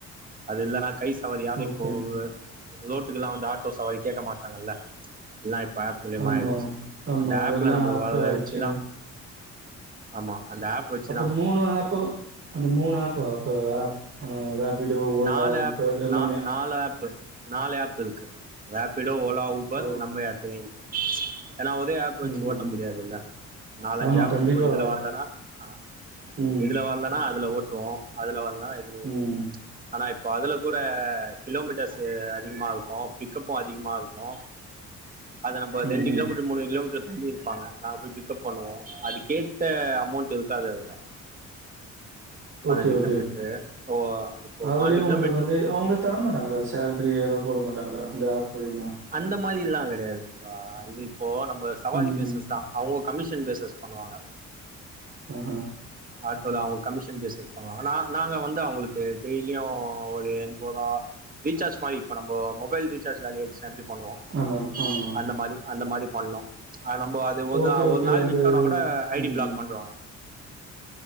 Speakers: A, on the right (about 30°); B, on the right (about 50°).
A: அது இல்லன்னா கை சவாரி யாரு
B: ஓகே
A: இப்போ லோட்டுக்கெல்லா வந்து ஆட்டோ சவாரி கேட்கமாட்டாங்கல்ல ல்லா இப்ப ஆப் மூழியமா
B: ஆமா
A: ஆயிடிச்சி
B: ஆமா
A: அந்த ஆப்ல
B: எல்லா
A: நம்மளுக்கு
B: ஆப்
A: வரத
B: ஆயிடுச்சு
A: வச்சிதா ஆமா அந்த ஆப் வச்சுதா
B: அப்ப மூனு ஆப்பு அந்த மூனு ஆப் அப்ப ஆ ரேபிடோ ஓலா
A: நாலு
B: உபர்
A: ஆப்பு
B: எல்லாமே
A: நா நாலு ஆப்பு நாலு ஆப் இருக்கு ரேபிடோ ஓலா ஊபர்
B: ஓ
A: நம்ம யாத்திரை ஏன்னா ஒரே ஆப் வச்சி
B: ம் ம்
A: ஓட்ட
B: ம்
A: முடியாதுல்ல நாலஞ்சி
B: ஆமா
A: ஆப்
B: கண்டிப்பா
A: இப்போ இதுல வரலன்னா ஆ
B: ம்
A: இதுல வர்லனா அதுல ஓட்டுவோ அதுல வரலனா இதுல
B: ம்
A: ஆனா இப்போ அதுல கூட கிலோமீட்டர்ஸு அதிகமா இருக்கு பிக்கப்பு அதிகமா இருக்கு அது நம்ப தண்டு
B: ம் ம்
A: கிலோமீட்டர் மூனு கிலோமீட்டர் பண்ணியிருப்பாங்க நாங்க போய் பிக்கப் பண்ணுவோ அதுக்கேத்த அமௌண்ட் இருக்காது அதுல பன்னெண்டு
B: ஓகே ஓகே
A: கிலோமீட்டரு ஓ இப்போ
B: அதுலியு
A: பன்னெண்டு
B: உங்களுக்கு
A: கிலோமீட்டர்
B: வந்து அவுங்க தர மாட்டாங்களா சேலரி எதா போட மாட்டாங்களா இந்த ஆப் மூழியமா
A: அந்த மாரில்லா கெடயாது தோழா இது இப்போ நம்ம சவாரி
B: ம்,
A: பேசஸ்
B: ம்.
A: தா அவுங்க கமிஷன் பேசஸ் பண்ணுவாங்க
B: ம் ம்
A: ஆட்டோல அவுங்க கமிஷன் பேசஸ் பண்ணுவாங்க நா நாங்க வந்து அவங்களுக்கு டெய்லியு ஒரு எண்போரா ரீசார்ஜ் மாரி இப்ப நம்போ மொபைல் ரீசார்ஜ் காலி ஆயிடிச்சி எம்ட்டி பண்ணுவோ
B: ஆமா, ஆமா.
A: அந்த மாரி அந்த மாரி பண்ணோ ஆ நம்போ அது ஒதா
B: ஓகே, ஓகே.
A: ஒரு நாள்
B: அந்த
A: விட்டோனா கூட ஐடி
B: ம்,
A: பிளாக்
B: ம்.
A: பண்றுவாங்க